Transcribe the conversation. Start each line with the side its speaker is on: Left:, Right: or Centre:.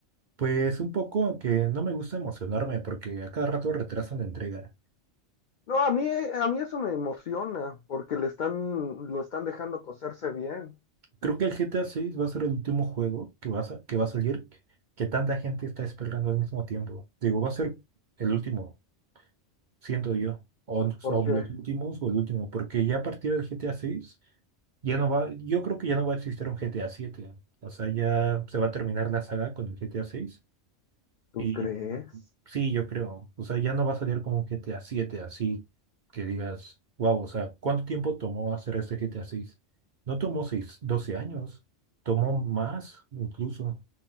Right: Pues un poco que no me gusta emocionarme porque a cada rato retrasan la entrega.
Left: No, a mí, a mí eso me emociona porque le están, lo están dejando coserse bien.
Right: Creo que el GTA 6 va a ser el último juego que va a, sa- que va a salir que tanta gente está esperando al mismo tiempo. Digo, va a ser el último, siento yo, o,
Left: por
Right: o
Left: qué
Right: los últimos o el último, porque ya a partir del GTA 6 ya no va, yo creo que ya no va a existir un GTA 7. O sea, ya se va a terminar la saga con el GTA 6
Left: ¿Tú
Right: y
Left: crees?
Right: sí, yo creo. O sea, ya no va a salir como un GTA siete así que digas, wow, o sea, ¿cuánto tiempo tomó hacer este GTA seis No tomó seis doce años, tomó más incluso